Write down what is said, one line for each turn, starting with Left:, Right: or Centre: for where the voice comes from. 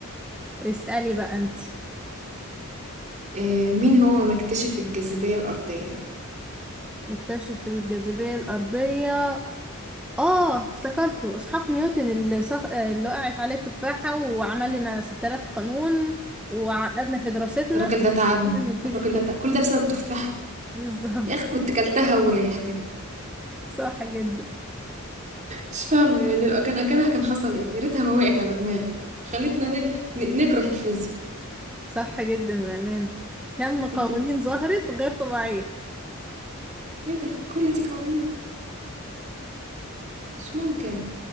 Centre: اسألي بقى انت
Right: آه، مين هو مكتشف الجاذبية الأرضية؟
Centre: مكتشف الجاذبية الأرضية اه افتكرته اسحاق نيوتن اللي, صخ... اللي وقعت عليه التفاحة وعمل لنا 6000 قانون وعقدنا في دراستنا
Right: الراجل ده تعبنا
Centre: من الفيزياء
Right: الراجل ده تعب. كل ده بسبب تفاحة
Centre: <laughs> بالظبط
Right: يا أخي كنت كلتها وريحتني
Centre: صح جدا
Right: مش فاهمة يعني لو كان أكلها كان حصل إيه يا ريتها ما وقعت على دماغك خلتنا ن... ن... نكره الفيزياء
Centre: صح جدا بأمان كم قوانين
Right: <laughs>
Centre: ظهرت غير طبيعية
Right: إيه ده كل دي قوانين مش ممكن